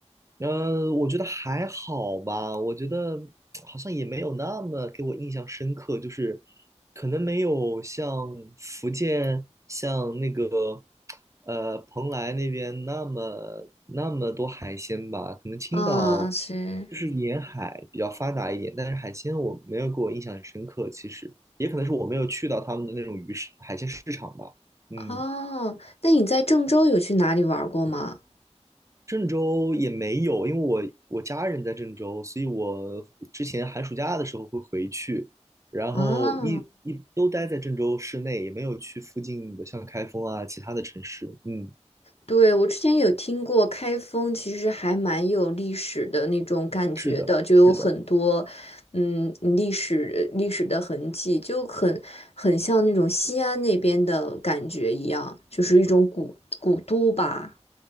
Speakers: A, on the right; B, on the left.
A: 呃，我觉得还好吧，我觉得好像也没有那么给我印象深刻，就是可能没有像福建、像那个呃蓬莱那边那么那么多海鲜吧，可能青岛
B: 啊，是
A: 就是沿海比较发达一点，但是海鲜我没有给我印象很深刻，其实也可能是我没有去到他们的那种鱼市海鲜市场吧，嗯。
B: 哦。那你在郑州有去哪里玩过吗？
A: 郑州也没有，因为我我家人在郑州，所以我之前寒暑假的时候会回去，然后一一都待在郑州市内，
B: 啊，
A: 也没有去附近的像开封啊其他的城市。嗯，
B: 对，我之前有听过开封，其实还蛮有历史的那种感觉的，
A: 是的，
B: 就有很多，
A: 是的。
B: 嗯，历史历史的痕迹，就很很像那种西安那边的感觉一样，就是一种古古都吧。